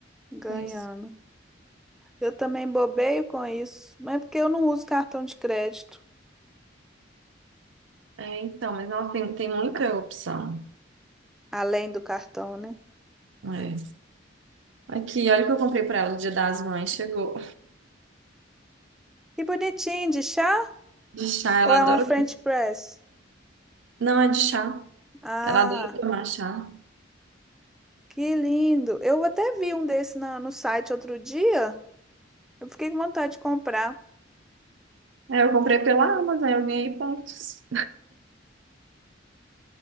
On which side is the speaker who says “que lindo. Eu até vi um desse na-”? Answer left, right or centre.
Centre